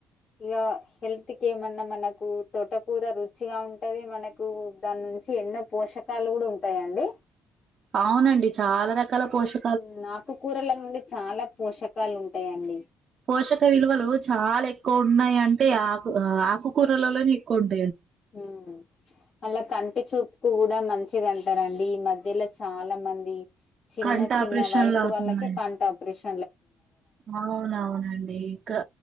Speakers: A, on the left (about 55°); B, on the right (about 55°).
A: ఇగ హెల్త్ కెమన్నా మనకు తోటకూర రుచిగా ఉంటది మనకు ద నుంచి ఎన్నో పోషకాలు గుడుంటాయండి
B: అవ్నండి చాలా రకాల పోష్
A: ఉమ్ నాకుకూరనుండి చాలా పోషకాల్ ఉంటాయండి
B: పోషక విలువలు చాలేక్కువున్నాయంటే ఆకు ఆ ఆకుకూరలలోనే ఎక్కువుంట్
A: ఉమ్ అళ కంటి చూప్ కూడ్ ద మంచిదంటారండి ఈ మధ్యలో చాలా మంది చిన్న
B: కంట
A: చిన్న
B: ఆపరేషన్లు
A: వయస్
B: అవుతున్నాయి
A: వాళ్ళకి కంటప్రేషన్
B: అవునవునండి ఇకా